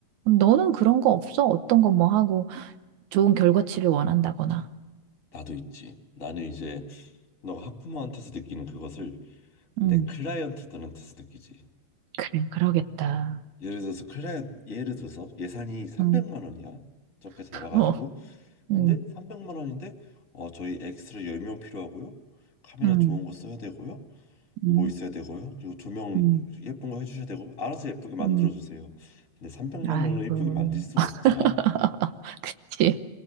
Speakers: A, on the right; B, on the left.
A: 음, 너는 그런 거 없어? 어떤 거 뭐 하고 좋은 결과치를 원한다거나.
B: 나도 있지. 나는 이제 너가 학부모한테서 느끼는 그것을 내
A: 음,
B: 클라이언트들한테서 느끼지.
A: 그래, 그러겠다.
B: 예를 들어서 클라이언트, 예를 들어서 예산이 300만
A: 응,
B: 원이야. 적게 잡아가지고.
A: 어,
B: 근데
A: 응,
B: 300만 원인데, 어, 저희 엑스트라 10명 필요하고요. 카메라
A: 응,
B: 좋은 거 써야 되고요.
A: 응,
B: 뭐 있어야 되고요. 그리고 두 명
A: 응,
B: 예쁜 거 해주셔야 되고 알아서 예쁘게 만들어
A: 응.
B: 주세요. 근데 300만
A: 아이고.
B: 원으로 예쁘게 만들 수가 없잖아.
A: <laughs> 지.